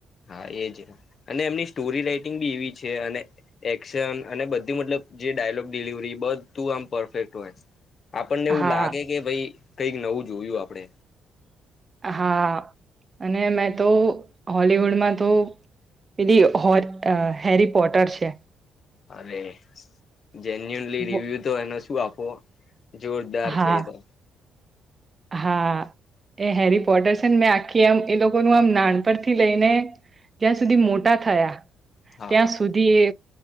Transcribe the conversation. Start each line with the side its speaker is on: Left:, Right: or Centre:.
Left: હા એજ અને એમની સ્ટોરી રાઈટિંગ બી એવી છે અને એક્શન અને બધું મતલબ જે ડાયલોગ ડિલિવરી બધું આમ પરફેક્ટ હોય આપણને એવું
Right: હા
Left: લાગે કે ભાઈ કઈક નવું જોયું આપડે
Right: હા, અને મેં તો હોલીવુડમાં તો પેલી હો હેરી પોટર છે.
Left: અરે જેન્યુનલી રિવ્યુ
Right: વ
Left: તો એનો શું આપો જોરદાર
Right: હા
Left: છે એ તો.
Right: હા એ હેરી પોટર્સન મેં આખી એમ એ લોકોનું આમ નાનપથી લઈને જ્યાં સુધી મોટા થયા
Left: હા
Right: ત્યાં
Left: હા
Right: સુધી એ